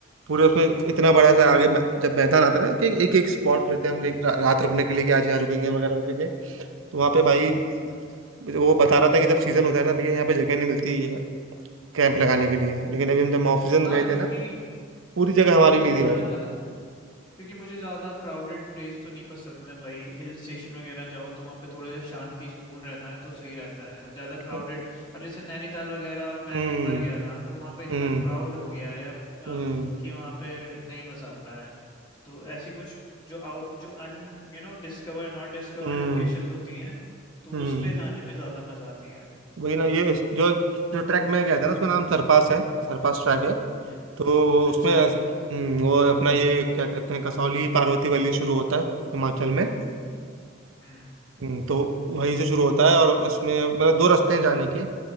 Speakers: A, on the right; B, on the left.
A: पूरे उसमें इतना बड़ा सा आगे मै- जब मैदान आता है ना कि एक एक स्पॉट लेते हैं हम रे- रा, रात रुकने के लिए कि आज यहाँ रुकेंगे वगैरह रुकेंगे तो वहाँ पे भाई वो बता रहा था कि जब सीजन होता है ना भैया यहाँ पे जगह नहीं मिलती है कैंप लगाने के लिए लेकिन अभी हम जब ऑफ सीजन
B: हाँ
A: गए
B: क्योंकि
A: थे ना पूरी जगह
B: क्योंकि
A: हमारी
B: मुझे
A: ली थी
B: ना
A: भाई
B: ज्या- क्योंकि मुझे ज्यादा क्राउडेड प्लेस तो नहीं पसंद है भाई हिल स्टेशन वगैरह जाओ तो वहाँ पे थोड़ा सा शांति सुकून रहता है तो सही रहता है ज्यादा क्राउडेड
A: अब-
B: अब जैसे नैनीताल वगैरह मैं
A: हम्म
B: एक बार गया था तो वहाँ पे इतना
A: हम्म
B: क्राउड हो गया है अब अ,
A: हम्म
B: कि वहाँ पे नहीं मजा आता है तो ऐसी कुछ जो आउ, जो अन you know discover non discovered
A: हम्म
B: locations होती हैं तो
A: हम्म
B: उस पे जाने में ज्यादा मजा आती है
A: वही ना ये इस- जो जो ट्रैक में गया था ना उसका नाम सरपास है सरपास ट्रैक है
B: हम्म,
A: तो उसमें
B: अच्छा
A: ऐस- हम्म, वो अपना ये क्या कहते हैं कसौली पार्वती वैली शुरू होता है हिमाचल में
B: हम्म
A: हम्म, तो वहीं से शुरू होता है और उसमें मतलब दो रास्ते हैं जाने के